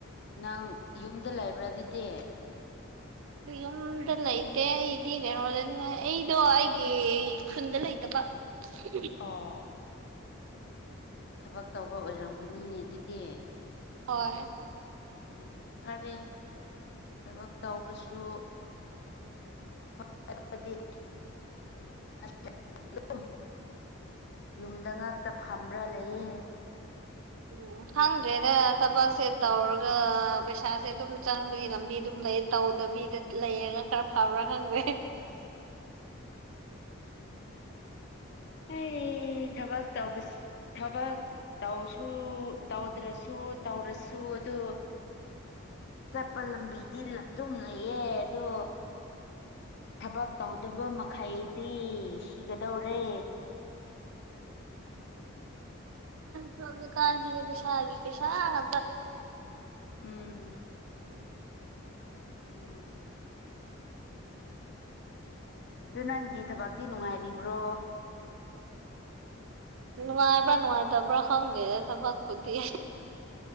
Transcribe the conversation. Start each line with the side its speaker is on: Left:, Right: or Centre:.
Left: ꯅꯪ ꯌꯨꯝꯗ ꯂꯩꯕ꯭ꯔꯥ ꯑꯗꯨꯗꯤ
Right: ꯌꯨꯝꯗ ꯂꯩꯇꯦ ꯑꯩꯗꯤ ꯀꯩꯅꯣꯗ ꯑꯩꯗꯣ ꯑꯩꯒꯤ ꯈꯨꯟꯗ ꯂꯩꯇꯕ ꯁꯤ
Left: ꯑꯥ ꯊꯕꯛ ꯇꯧꯕ ꯑꯣꯏꯔꯝꯒꯅꯤꯅꯦ ꯑꯗꯨꯗꯤ
Right: ꯍꯣꯏ
Left: ꯎꯝ ꯐꯔꯦ ꯊꯕꯛ ꯇꯧꯕꯁꯨ <unintelligible> ꯌꯨꯝꯗ ꯉꯛꯇ ꯐꯝꯔꯥ ꯂꯩꯌꯦꯦ
Right: ꯎꯝ ꯐꯪ ꯇꯦꯗ ꯊꯕꯛꯁꯦ ꯇꯧꯔꯒ ꯄꯩꯁꯥꯁꯦ ꯑꯗꯨꯝ ꯆꯪꯕꯒꯤ ꯂꯝꯕꯤ ꯑꯗꯨꯝ ꯂꯩ ꯇꯧꯗꯕꯤꯗ ꯂꯩꯔꯒ ꯈꯔ ꯐꯕ꯭ꯔꯥ ꯈꯪꯗꯦ
Left: ꯑꯩ ꯊꯕꯛ ꯇꯧꯕ ꯊꯕꯛ ꯇꯧꯁꯨ ꯇꯧꯗ꯭ꯔꯁꯨ ꯇꯧꯔꯁꯨ ꯑꯗꯨ ꯆꯠꯄ ꯂꯝꯕꯤꯗꯤ ꯑꯗꯨꯝ ꯂꯩꯌꯦ ꯑꯗꯣ ꯊꯕꯛ ꯇꯧꯗꯕ ꯃꯈꯩꯗꯤ ꯁꯤꯒꯗꯧꯔꯦ
Right: ꯁ꯭ꯃꯃꯤꯀꯥꯟꯖꯤꯒꯤ ꯄꯁꯥ ꯄꯦꯁꯥꯅ
Left: ꯎꯝ ꯁꯤ ꯎꯝ ꯑꯗꯨ ꯅꯪꯒꯤ ꯊꯕꯛꯇꯤ ꯅꯨꯡꯉꯥꯏꯔꯤꯕ꯭ꯔꯣ
Right: ꯅꯨꯡꯉꯥꯏꯕ꯭ꯔꯥ ꯅꯨꯡꯉꯥꯏꯇꯕ꯭ꯔꯥ ꯈꯪꯗꯦꯗ ꯊꯕꯛꯄꯨꯗꯤ